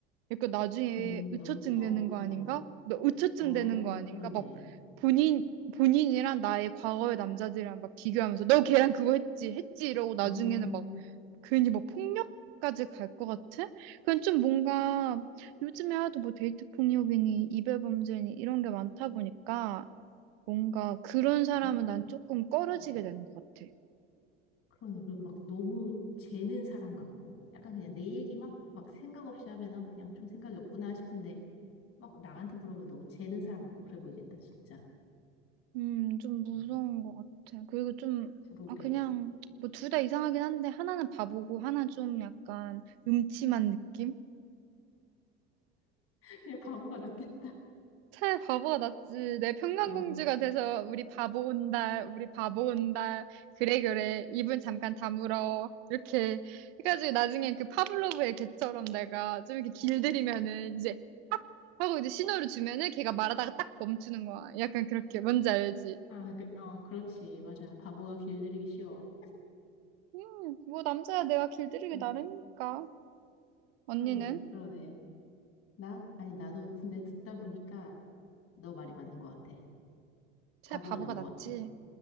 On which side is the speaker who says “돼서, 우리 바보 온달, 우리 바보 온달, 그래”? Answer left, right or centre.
Right